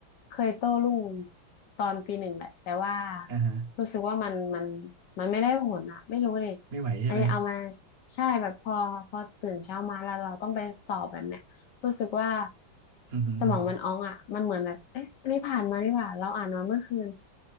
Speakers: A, on the left; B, on the right.
A: เคยโต้รุ่งตอนปีหนึ่งแหละแต่ว่า
B: อ่าฮะ
A: รู้สึกว่ามันมันมันไม่ได้ผลอะไม่รู้เลย
B: ไม่ไหวใช่ไหม
A: อันนี้เอามาใช่แบบพอพอตื่นเช้ามาแล้วเราต้องไปสอบแบบเนี้ยรู้สึกว่า
B: อือฮึอือฮึ
A: สมองมันอ้องอ่ะมันเหมือนแบบเอ๊ะอันนี้ผ่านมานี่หว่าเราอ่านมาเมื่อคืน